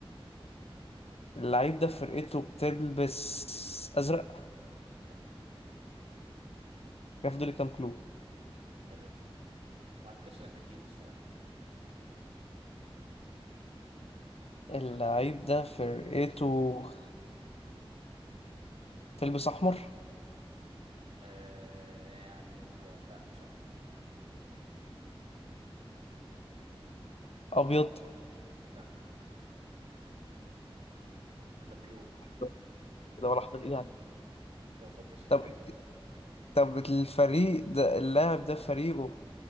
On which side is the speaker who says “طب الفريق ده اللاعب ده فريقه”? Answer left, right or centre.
Left